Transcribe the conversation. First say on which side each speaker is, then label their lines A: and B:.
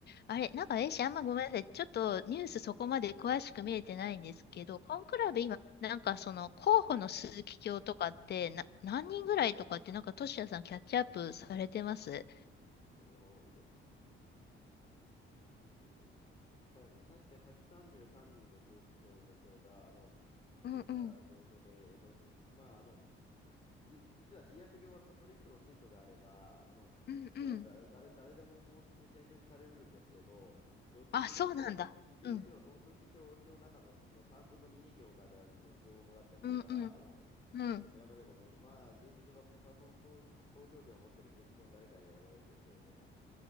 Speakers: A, on the left (about 50°); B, on the left (about 25°).
A: あれ、なんか、えし、あんまごめんなさい。ちょっとニュースそこまで詳しく見れてないんですけど、コンクラベ今、
B: はい。
A: なんかその候補の鈴木卿とかって、な、何人ぐらいとかって、なんか、トシヤさんキャッチアップされてます
B: あの、えっと、えっと、1確か133人の数値表上が、あの、
A: うんうん。
B: 表が同票で、えっと、すまあ、あの、じ、実は治薬上はカトリックの信徒であれば、あの、
A: うんうん。
B: まあ、だ、誰、誰でも、もも選出されうるんですけど、どういずれにせよ、
A: あ、そうなんだ。
B: いずれにせよ、
A: うん。
B: その数値表上の中の、の3分の2以上からあの票をもらった人が、
A: うんうん
B: あの、
A: うん。
B: 選ばれることによって、まあ、事実上は、ここはその投、投票権を持っている数値上の誰かに選ばれるんですよね。